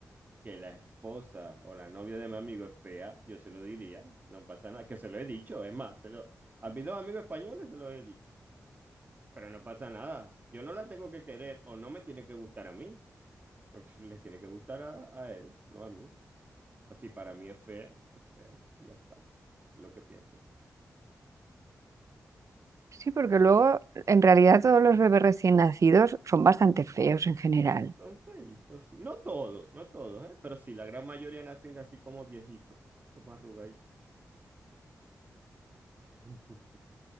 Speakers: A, on the right; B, on the right.
A: que la esposa o la novia de mi amigo es fea, yo se lo diría, no pasa nada, que se lo he dicho, es más, se lo, a mis dos amigos españoles se lo he dicho, pero no pasa nada, yo no la tengo que querer o no me tiene que gustar a mí, <laughs> le tiene que gustar a, a él, no a mí. Pues si para mí es fea, es fea, y ya está, es lo que pienso.
B: Sí, porque luego en realidad todos los bebés recién nacidos son bastante feos en general.
A: Son feitos, sí. No todos, no todos, ¿eh? Pero sí, la gran mayoría nacen así como viejitos, como arrugaditos. <laughs>